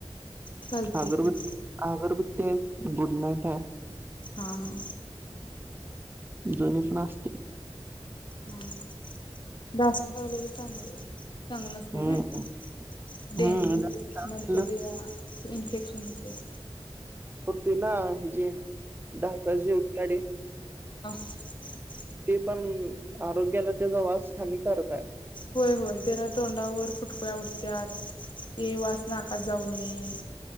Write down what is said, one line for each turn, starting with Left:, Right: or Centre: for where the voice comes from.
Left: चालते
Right: अगरबत्ती
Left: कि
Right: अगरबत्ती गुड नाईट आहे.
Left: हा हा.
Right: दोनी पण असते.
Left: हम ह ढास चावलेल चांगल. चांगलं नसते
Right: हम्म
Left: ना डेंगू
Right: हम्म राहिलं
Left: मलेरिया इन्फेक्शनच आहे.
Right: ते ना ह जे ढसाची उडकडी.
Left: <inaudible>
Right: ते पण आरोग्याला त्याचा वास हानिकारक आहे.
Left: होय होय तेन तोंडावर फुटकुळ्या उठत्या तेी वास नाकात जाऊ नये.